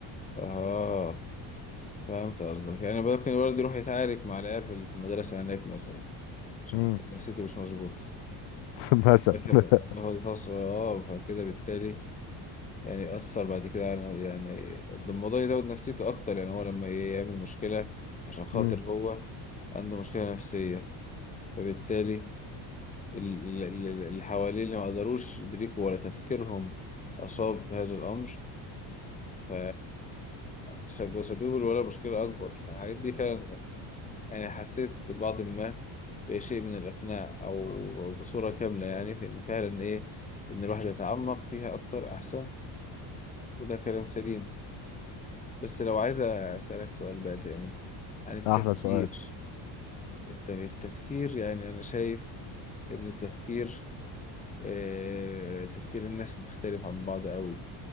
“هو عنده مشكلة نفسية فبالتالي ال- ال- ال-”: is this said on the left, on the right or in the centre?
Left